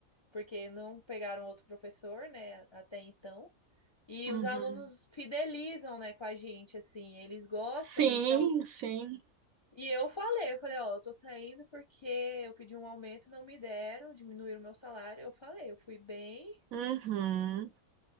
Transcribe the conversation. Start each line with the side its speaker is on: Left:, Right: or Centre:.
Left: porque não pegaram outro professor, né, até então. E
Right: uhum.
Left: os alunos fidelizam, né, com a gente, assim, eles gostam,
Right: Sim,
Left: então.
Right: sim.
Left: E eu falei, eu falei, ó, eu tô saindo porque eu pedi um aumento, não me deram, diminuíram o meu salário. Eu falei, eu fui bem
Right: Uhum.